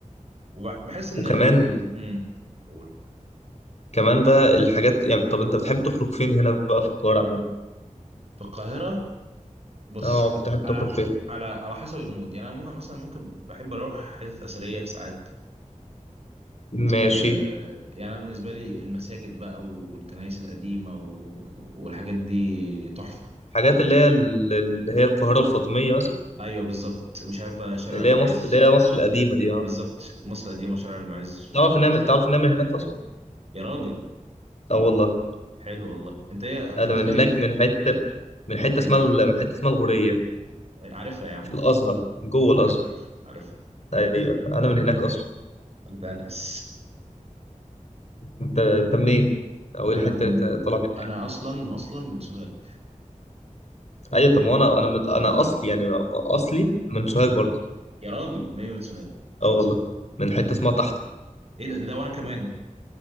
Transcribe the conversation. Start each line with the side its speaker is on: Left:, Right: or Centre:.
Right: وبحس
Left: وكمان
Right: ان امم قول
Left: كمان بقى الحاجات يعني طب انت بتحب تخرج فين هنا بقى في القاهرة عموما
Right: في القاهره بص
Left: اه بتحب
Right: على
Left: تخرج فين
Right: على على حسب المود يعني انا ممكن مثلا ممكن بحب اروح حتت اثريه ساعات
Left: ماشي
Right: آه، يعني انا بالنسبه لي المساجد بقى والكنائس القديمه و- والحاجات دي تحفه
Left: حاجات اللي هي ال- اللي هي القاهرة الفاطمية مثلا
Right: ايوه بالظبط مش عارف بقى شارع
Left: اللي
Right: المعز
Left: هي مصر اللي هي مصر القديمة دي اه
Right: بالظبط مصر القديمة وشارع المعز و...
Left: تعرف انها من- تعرف انها من هناك اصلا
Right: يا راجل
Left: اه والله
Right: حلو والله انت ايه بالنسبة
Left: انا من هناك
Right: لي
Left: من حتة من حتة
Right: مم.
Left: اسمها ال- من حتة اسمها الغورية
Right: عارفها يا عم
Left: في الازهر جوه
Right: عارفها
Left: الازهر
Right: عارفها عارفها
Left: ايوه انا من هناك اصلا
Right: ده ناس
Left: انت انت منين او ايه
Right: انا
Left: الحتة
Right: من...
Left: اللي انت طالع منها
Right: انا اصلا اصلا من سوهاج
Left: ايوه طب ما انا انا مت... انا اصلي يعني اصلي من سوهاج برضه
Right: يا راجل ما هي من سوهاج
Left: اه والله من حتة اسمها تحت
Right: ايه ده, ده وانا كمان